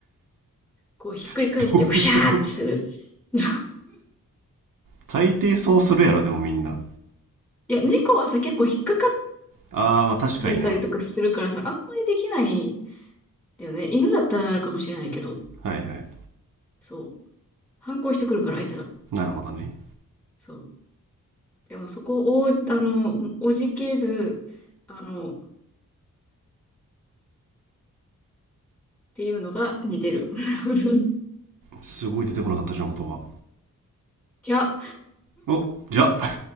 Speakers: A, in the centre; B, on the right.
A: こうひっくり返してバシャーってする。
B: <laughs> どういうところ
A: <laughs> い
B: 大抵そうするやろ、でもみんな。
A: や、猫はさ、結構引っかかっ
B: ああ、まあ確かにな。
A: てたりとかするからさ、あんまりできないんだよね。犬だったらあるかもしれないけど。
B: はいはい。
A: そう。反抗してくるから、あいつら。
B: なるほどね。
A: そう。でもそこを、あの、おじけず、あの、っていうのが似てる。<laughs>
B: すごい出てこなかったじゃん、言葉。
A: じゃあ。
B: お、じゃあ